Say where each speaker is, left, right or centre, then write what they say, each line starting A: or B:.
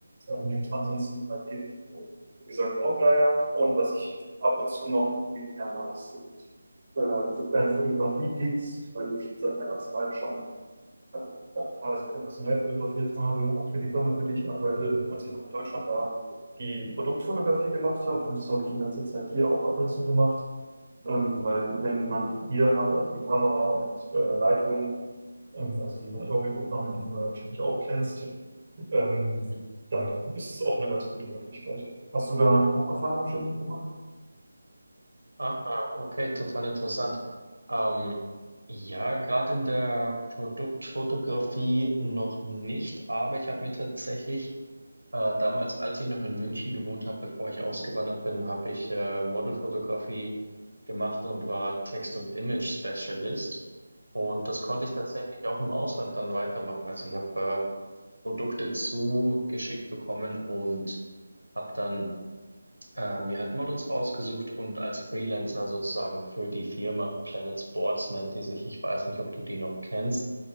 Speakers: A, on the right; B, on the right.
A: Ähm, ansonsten halt eben, wie gesagt, Outlier und was ich ab und zu noch viel mehr mache, sind äh, so kleine Fotografie-Gigs, weil ich seit meiner Zeit schon ähm, auch teilweise professionell fotografiert habe, auch für die Firma, für die ich arbeite, als ich noch in Deutschland war, die Produktfotografie gemacht habe und das habe ich in letzter Zeit hier auch ab und zu gemacht. Ähm, weil wenn man hier hat, also die Kamera und äh, Lightroom, ähm, also die Adobe-Programme, die du ja wahrscheinlich auch kennst, ähm,
B: mhm.
A: dann ist es auch eine ganz gute Möglichkeit. Hast du da auch Erfahrungen schon mitgemacht?
B: Ah, ah, okay, total interessant. Ähm, ja, gerade in der Produktfotografie noch nicht, aber ich habe mir tatsächlich Äh, damals, als ich noch in München gewohnt habe, bevor ich ausgewandert bin, habe ich äh, Modelfotografie gemacht und war Text- und Image-Specialist. Und das konnte ich tatsächlich auch im Ausland dann weitermachen. Also ich habe äh, Produkte zugeschickt bekommen und habe dann äh, mir halt Models rausgesucht und als Freelancer sozusagen für die Firma Planet Sports nennt die sich. Ich weiß nicht, ob du die noch kennst.